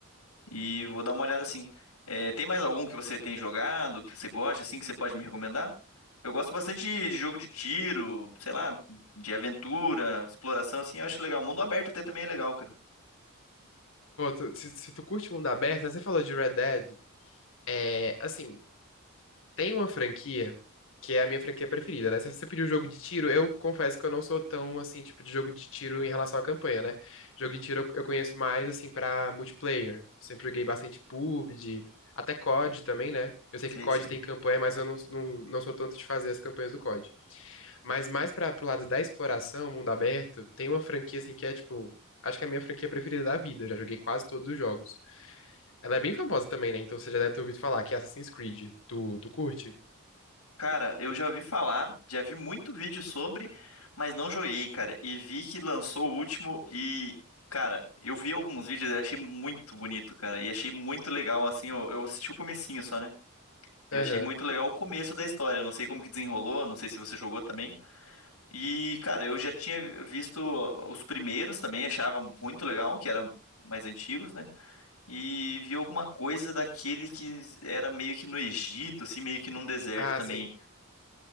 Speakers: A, on the left; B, on the left.
A: E vou dar uma olhada assim. É, tem mais algum que você tem jogado, que você gosta, assim, que você pode me recomendar? Eu gosto bastante de, de jogo de tiro, sei lá, de aventura, exploração, assim, eu acho legal. O mundo aberto até também é legal, cara.
B: Pô, tu- se, se tu curte mundo aberto, né, você falou de Red Dead. É, assim, tem uma franquia que é a minha franquia preferida, né? Se você pediu jogo de tiro, eu confesso que eu não sou tão, assim, tipo de jogo de tiro em relação à campanha, né? Jogo de tiro eu, eu conheço mais, assim, pra multiplayer. Sempre joguei bastante PUBG, até COD também, né? Eu sei
A: Sei,
B: que COD
A: sei.
B: tem campanha, mas eu não, não, não sou tanto de fazer as campanhas do COD. Mas mais pra, pro lado da exploração, mundo aberto, tem uma franquia, assim, que é, tipo, acho que é a minha franquia preferida da vida. Eu já joguei quase todos os jogos. Ela é bem famosa também, né? Então você já deve ter ouvido falar que é Assassin's Creed. Tu, tu curte?
A: Cara, eu já ouvi falar, já vi muito vídeo sobre, mas não joguei, cara. E vi que lançou o último e, cara, eu vi alguns vídeos e achei muito bonito, cara. E achei muito legal, assim, eu, eu assisti o comecinho só, né? Eu
B: Aham.
A: achei muito legal o começo da história. Eu não sei como que desenrolou, não sei se você jogou também. E, cara, eu já tinha visto os primeiros também, achava muito legal, que eram mais antigos, né? E vi alguma coisa daquele que era meio que no Egito, assim, meio que num deserto
B: Ah,
A: também.
B: sim.